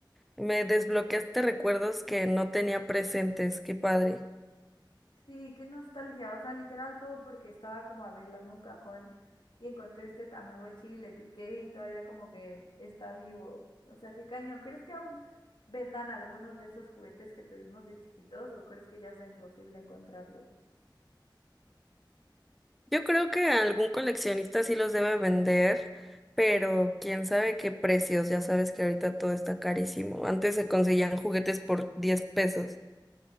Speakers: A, in the centre; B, on the left.
A: Me desbloqueaste recuerdos que no tenía presentes, qué padre.
B: Sí, qué nostalgia, o sea, literal todo porque estaba como arreglando un cajón y encontré este Tamagotchi y le piqué y todavía como que está vivo. O sea, qué cañón. ¿Crees que aún vendan algunos de esos juguetes que tuvimos de chiquitos o crees que ya sea imposible encontrarlos?
A: Yo creo que algún coleccionista sí los debe vender, pero quién sabe qué precios. Ya sabes que ahorita todo está carísimo. Antes se conseguían juguetes por 10 pesos.